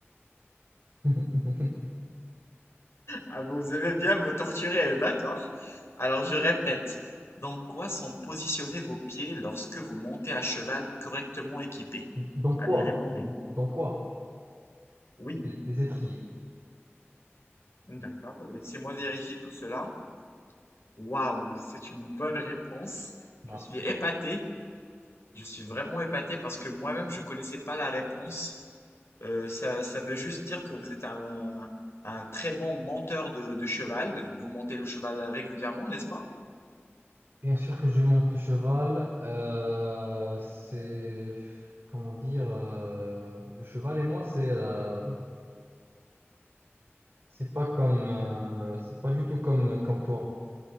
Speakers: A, on the right; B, on the left.
A: <laughs>
B: Ah, vous aimez bien me torturer, d'accord. Alors, je répète, dans quoi sont positionnés vos pieds lorsque vous montez à cheval correctement équipé?
A: Dans
B: Allez,
A: quoi?
B: répondez.
A: Dans quoi?
B: Oui.
A: Les étriers.
B: D'accord, laissez-moi vérifier tout cela. Waouh, c'est une bonne réponse.
A: Voilà.
B: Je suis épaté. Je suis vraiment épaté parce que moi-même, je connaissais pas la réponse. Euh, ça, ça veut juste dire que vous êtes un, un très bon monteur de, de cheval. Vous montez le cheval régulièrement, n'est-ce pas?
A: Bien sûr que je monte le cheval. euh, c'est... Comment dire? euh, le cheval et moi, c'est... euh, C'est pas comme, euh, c'est pas du tout comme, comme toi.